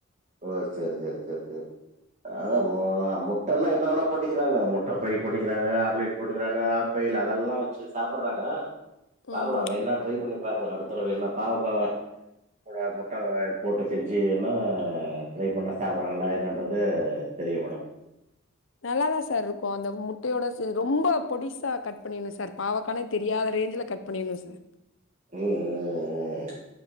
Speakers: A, on the right (about 35°); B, on the left (about 65°).
A: ஓ சரி சரி சரி சரி சரி அத முட்டனா என்னன்னா பண்ணிக்கிறாங்க முட்ட ஃப்ரை பண்ணிக்கிறாங்க ஆம்லெட் போட்டுக்கறாங்க ஆப் ஆயில் அதெல்லா வச்சு சாப்புறாங்க
B: ம்
A: பாக்கலா வேனா ட்ரை பண்ணி பாக்கலா அடுத்தடவ என்ன பாவக்காவ கூட முட்ட வேக போட்டு செஞ்சீங்கண்ணா ட்ரை பண்ணா சாப்றாங்களா என்னன்றது தெரியு மேடம்
B: நல்லாதா சார் இருக்கு அந்த முட்டையோட ரொம்ப பொடிசா கட் பண்ணிடணு சார் பாவக்கானே தெரியாத ரேஞ்ல கட் பண்ணினு சார்
A: ம் ம் ம்